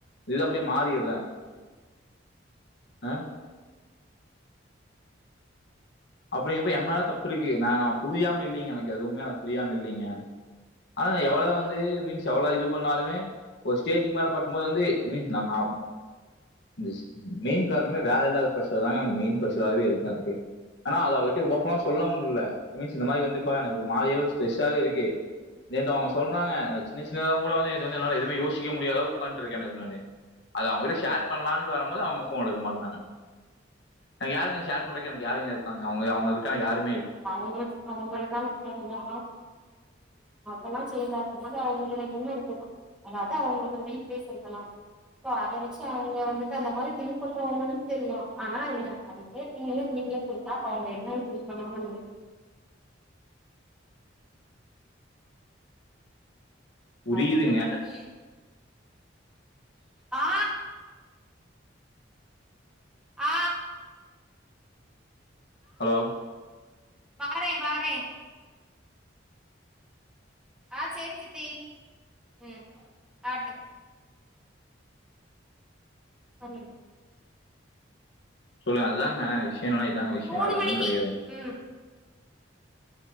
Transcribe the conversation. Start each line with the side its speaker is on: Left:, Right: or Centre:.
Left: இது அப்டியே மாறிறே அ அப்டிங்கிறப்ப எம் மேல தப்பு இருக்கு நா நா புரியாம இல்லைங்க எனக்கு எதுவுமே எனக்கு புரியாம இல்லைங்க ஆனா நா எவ்வளதா வந்து மீன்ஸ் எவ்வள இது பண்ணாலுமே ஒரு ஸ்டேஜுக்கு மேல பாக்கும்போது வந்து மீன்ஸ் நா இந்த மெயின் காரணமே வேல இல்லாத ப்ஷர் தாங்க எனக்கு மெயின் ப்ரஷாவே இருக்கு எனக்கு ஆனா அத அவட்ட ஒப்பனா சொல்ல முடில்ல மீன்ஸ் இந்த மாதிரி வந்துப்பா எனக்கு ஒரு மாதியாவே ஸ்ட்ரெஸ்ஸாவே இருக்கு நேத்து அவுங்க சொன்னங்க சின்ன சின்னதாவ கூட வந்து வந்து என்னால எதுவுே யோசிக்க முடியாதா அளவுக்கு உட்காட்டு இருக்கே நானு அத அவுங்ககிட்ட ஷேர் பண்ணலான்னுட்டு வரும்போது அவுங்க ஃபோன் எடுக்க மாட்றாங்க எனக்கு யாருங்க ஷேர் பண்றக்கு எனக்கு யாருங்க இருக்கா அவுங்க அவுங்கள விட்டா எனக் யாரு
Centre: அவுங்க அவுங்காளுக்கான தேவய எல்லா செய்யாது போது அவுங்கிட்ட என்ன இருக்கு அதாவது அவுங்களுக்கு ஒரு வீட் பேஸ் இருக்கலா அத வச்சு அங்க வந்துட்டு அந்த மாதிரி பண்றவங்க தெரியு ஆனா அது நீங்களே குடுத்தா என்ன பண்ணா உ
Left: புரியுதுங்க
Centre: ஆ <unintelligible> ஆ ஆ
Left: ஹலோ
Centre: வாறே வாறே ஆ சேரி சித்தி ம் ஆட்டு சொல்லுங்க
Left: சொல்லுங்க அதுதாங்க விஷய என்னான்னா இதாங்க விஷ்ய
Centre: மூணு
Left: வேற
Centre: மணிக்கு
Left: எதுவு கெடயாது
Centre: ம்